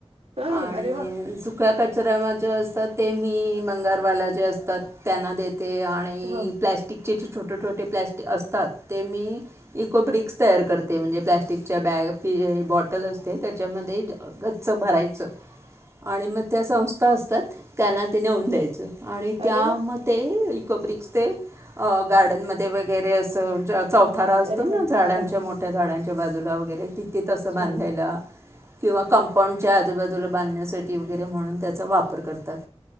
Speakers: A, on the right; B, on the right.
A: हा
B: आणि
A: अरे वा
B: सु- -क्या कचऱ्यामध्ये जे असतात ते मी मंगारवाला जे असतात त्यांना देत ते आणि
A: हो
B: प्लॅस्टिक तिचे छोटे छोटे प्लास्टिक असतात ते मी इको ब्रिक्स तयार करते म्हणजे प्लॅस्टिकच्या बॅग पी बॉटल असते त्याच्यामध्ये गच्च भरायचं आणि मग त्या संस्था असतात त्यांना ते नेऊन द्यायचं. आणि त्यामध्ये
A: अरे वा
B: कब्रज ते गार्डन मध्ये वै वगैरे असं चौथारा असतो
A: अरे वा
B: ना झाडांच्या
A: छान
B: मोठ्या झाडांच्या बाजूला वगैरे तिथे तसं
A: छान
B: बांधायला किंवा कंपाऊंडच्या आजूबाजूला बांधण्यासाठी वगैरे म्हणून त्याचा वापर करतात